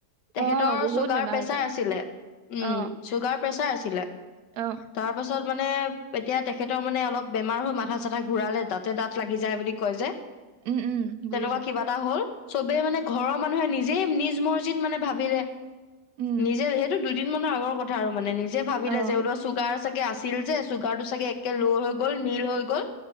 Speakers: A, on the left (about 85°); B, on the right (about 70°).
A: তেখেতৰ
B: অহ বহুত
A: চুগাৰ,
B: বেমাৰ
A: প্ৰেচাৰ
B: হৈছে
A: আছিলে উম
B: অহ
A: চুগাৰ প্ৰেছাৰ আছিলে।
B: অহ
A: তাৰ পাছত মানে এতিয়া তেখেতৰ মানে অলপ বেমাৰ হৈ মাথা চাথা ঘূৰালে তাতে, দাঁত লাগি যায় বুলি কয় যে।
B: উম উম। বুজিছো
A: তেনেকুৱা কিবা এটা হ'ল, চবে মানে ঘৰৰ মানুহে নিজে যেই নিজ মৰজিত মানে ভাবিলে
B: উম
A: নিজে, সেইটো দুই দুদিন মানৰ আগৰ কথা আৰু মানে নিজে যে ভাবিলে
B: অহ
A: যে লোক চুগাৰ চাগে আছিল যে চুগাৰ টো চাগে একে ল' হৈ গ'ল নীল হৈ গ'ল